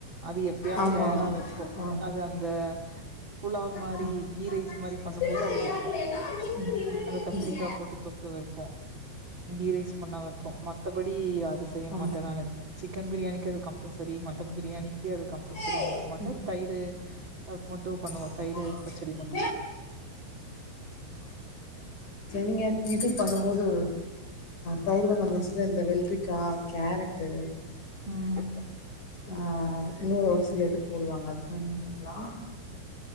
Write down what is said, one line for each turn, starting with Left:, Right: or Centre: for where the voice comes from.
Right: அது எப்பயாவ்து
Left: ஆமா
Right: ரேரா வெப்போ
Left: ஆ
Right: அது அந்த புலாவ் மாரி
Left: ஆ
Right: கீ ரைஸ் மாரி பண்ணும்
Left: ம்
Right: போது அது வெப்போ
Left: ம் ம்
Right: அந்த க
Left: ம்
Right: கா போட்டு தொக்கு வெப்போ கீ ரைஸ் பண்ணா வெப்போ மத்தபடி அது செய்ய
Left: ஆ
Right: மாட்டே நானு க்கன் பிரியாணிக்கு அது கம்பல்செரி மட்டன் பிரியாணி கே அது கம்பல்செரின்னு
Left: சேரி
Right: வெக்க மாட்டே தயிரு <unintelligible> மட்டு
Left: <inaudible>
Right: பச்சடி
Left: நீங்க இது பண்ணும்போது தயிர் <unintelligible> இந்த வெள்ரிக்காய், கேரட்டு
Right: ம்
Left: ஆ இன்னு ஒரு சில இது போடுவாங்க அது <unintelligible>